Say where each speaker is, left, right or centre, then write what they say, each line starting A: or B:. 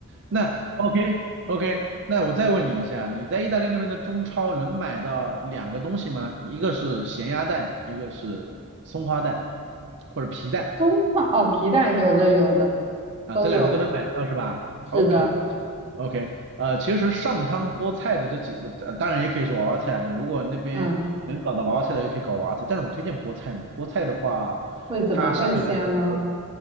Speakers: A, on the right; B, on the right.
A: 那 OK OK，那我再问你一下，你在意大利那边的中超能买到两个东西吗？一个是咸鸭蛋，一个是松花蛋或者皮蛋
B: 葱放哦，皮蛋有的有的
A: 啊，
B: 都有，
A: 这两个都能买得到是吧？OK
B: 是的，
A: OK，呃，其实上汤菠菜的这几，呃当然也可以是娃娃菜啊，你如果那边能搞到娃娃菜的，
B: 嗯，
A: 也可以搞娃娃菜，但是我推荐菠菜嘛，菠菜的话，
B: 会怎么更鲜吗？
A: 它相对来说。